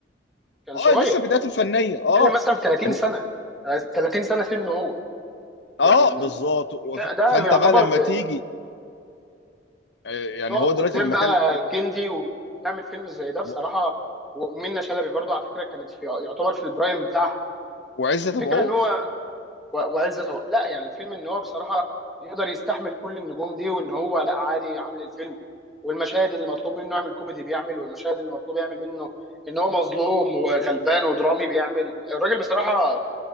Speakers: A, in the centre; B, on the left (about 70°).
A: كان
B: اه
A: صغير
B: لسه
A: كان
B: بدايته الفنيه
A: بتتكلم
B: اه
A: مثلا في 30
B: فن...
A: سنة 30 سنة سنه هو
B: اه
A: يعني
B: بالظبط
A: انت بتتكلم-
B: وف...
A: ده
B: فانت
A: بيعتبر
B: بقى لما
A: ب-
B: تيجي آه يعني
A: تقف
B: هو دلوقتي
A: قدام
B: لما
A: بقى
B: كان
A: جندي وتعمل فيلم زي ده بصراحة
B: و...
A: ومنة شلبي برضه على فكرة كانت في يعتبر في البرايم بتاعها
B: وعزت
A: فالفكره
B: ابو عوف
A: ان هو و- وعزت أبو- لا يعني الفيلم ان هو بصراحه يقدر يستحمل كل النجوم دي وان هو لا عادي عامل الفيلم والمشاهد اللي مطلوب منه يعمل كوميدي بيعمل والمشاهد اللي مطلوب يعمل منه ان هو مظلوم وغلبان ودرامي بيعمل الراجل بصراحه